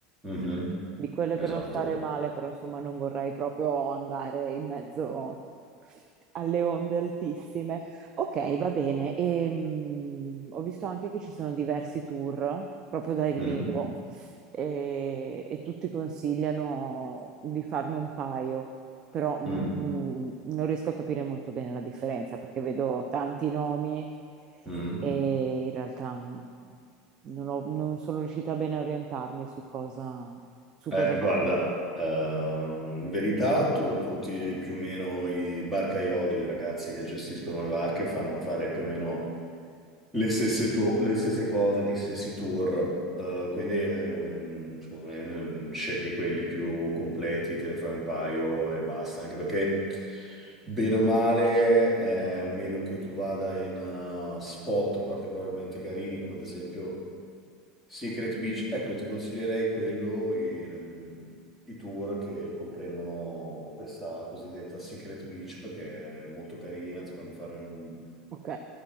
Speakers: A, in the centre; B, on the right.
A: Mhm,
B: di quelle
A: esatto.
B: per non stare male, però insomma non vorrei proprio andare in mezzo alle onde altissime. Ok, va bene. Ehm, ho visto anche che ci sono diversi tour proprio da El
A: Mm,
B: Nido e, e tutti consigliano di farne un paio però mh,
A: mm,
B: non riesco a capire molto bene la differenza perché vedo tanti nomi
A: mm.
B: e in realtà mm, non ho- non sono riuscita bene a orientarmi su cosa, su
A: Eh,
B: cosa va
A: guarda,
B: meglio.
A: ehm, in verità tu- tutti più o meno i barcaioli, i ragazzi che gestiscono le barche, fanno fare più o meno Le stesse, tu- le stesse cose, gli stessi tour, eh, quindi ehm, secondo me ehm, scegli quelli più completi, te ne fai un paio e basta, anche perché bene o male, eh, a meno che tu vada in eh, spot particolarmente carini, come ad esempio Secret Beach, ecco, ti consiglierei quello, il- mm, i tour che comprendono questa cosiddetta Secret Beach perché è molto carina, ti fanno fare un,
B: Ok?